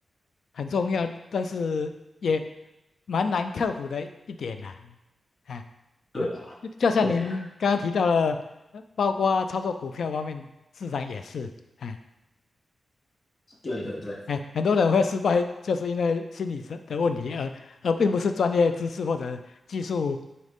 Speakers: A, on the left; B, on the left.
A: 很重要，但是也蛮难克服的一点呐、啊哎，
B: 对啊，
A: 呃就像您刚刚提到了，
B: 对啊，
A: 呃包括操作股票方面，市场也是，哎
B: 对对对。
A: 哎，很多人会失败，就是因为心理上的问题，而而并不是专业知识或者技术